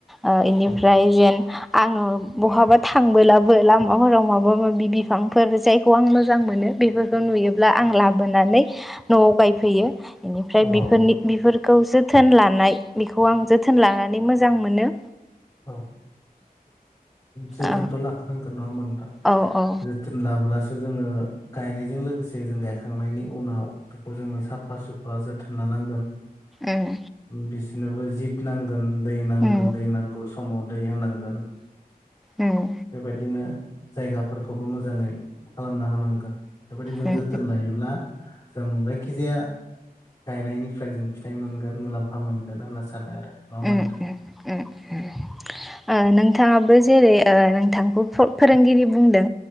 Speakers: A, in the centre; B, on the left.
A: ओ इनिफ्राय
B: अ
A: जेन आङो बहाबा थांबोलाबो लामाफोराव माबा माबा माबि बिफांफोर जायखौ आं मोजां मोनो बेफोरखौ नुयोब्ला आं लाबो बोनाने न'आव नायफैयो इनिफ्राय
B: औ
A: बिफोरनि बिफोरखौ जोथोन लानाय बिख खौ आं जोथोन लानानै मोजां मोनो।
B: औ जोथोनथ'
A: औ
B: लाखानांगोन नङा मोनथां।
A: औ ओ
B: जोथोन लाब्लासो जों जोङो गायनायजों लोगोसे जों गायखांनायनि उनाव बेखौ जोङो साफा सुफा जोथोन लानांगोन।
A: उम
B: बिसोरनोबो जिब नांगोन दै नांगोन
A: उम
B: दै नांगौ समाव दै होनांगोन।
A: उम
B: बेबायदिनो जायगाफोरखौबो मोजाङै खालामना होनांगोन बेबायदि जों
A: उम
B: जोथोन लायोब्ला जों जायखिजाया गायनायनिफ्राय जों फिथाइ मोनगोन मुलाम्फा मोनगोन होनना सानो आरो नङा मा
A: उम उम
B: नोंथां
A: उम ओ नोंथाङाबो जेरै ओ नोंथांखौ फोरोंगिरि बुंदों